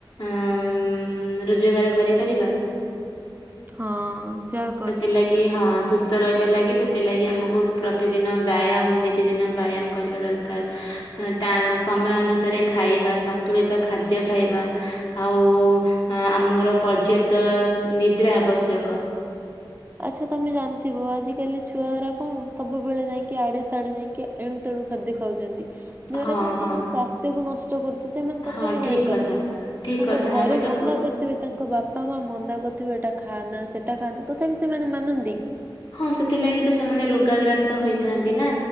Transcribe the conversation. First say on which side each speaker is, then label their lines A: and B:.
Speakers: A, on the left; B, on the right.
A: ଉଁ ରୋଜଗାର କରିପାରିବା।
B: ହଁ ଯା
A: ସେଥିଲାଗି ହଁ ସୁସ୍ଥ ରହିବାର ଲାଗି ସେଥିଲାଗି ଆମକୁ ପ୍ରତିଦିନ ବ୍ୟାୟାମ ନିତିଦିନ ବ୍ୟାୟାମ କରିବା ଦରକାର। ତା ସମୟ ଅନୁସାରେ ଖାଇବା ସନ୍ତୁଳିତ ଖାଦ୍ୟ ଖାଇବା ଆଉ ଆମର ପର୍ଯ୍ୟାପ୍ତ ନିଦ୍ରା ଆବଶ୍ୟକ।
B: ଆଚ୍ଛା ତମେ ଜାଣିଥିବ ଆଜିକାଲି ଛୁଆଗରା କଣ ସବୁବେଳେ ଯାଇକି ଆଡ଼େ ସାଡ଼େ ଯାଇକି ଏଣୁ ତେଣୁ ଖାଦ୍ୟ ଖାଉଛନ୍ତି। ଦ୍ଵାରା
A: ହଁ
B: କଣ
A: ହଁ
B: ତାଙ୍କ ସ୍ୱାସ୍ଥ୍ୟ କୁ ନଷ୍ଟ କରୁଛି ସେମାନେ ତଥାପି
A: ହଁ ଠିକ
B: ଜାଣି
A: କଥା
B: ପାରୁନାହାନ୍ତି
A: ଠିକ
B: ତାଙ୍କ
A: କଥା
B: ଘରେ
A: ଆମେ ତ
B: ମନା
A: ପୁ
B: କରି ତାଙ୍କ ବାପା ମା ମନା କରିୁଥିବେ ଏଟା ଖାନା ସେଟା ଖାନା ତଥାପି ସେମାନେ ମାନନ୍ତି କି?
A: ହଁ ସେଥିଲାଗି ତ ସେମାନେ ରୋଗାଗ୍ରସ୍ତ ହେଇଥାନ୍ତି ନା।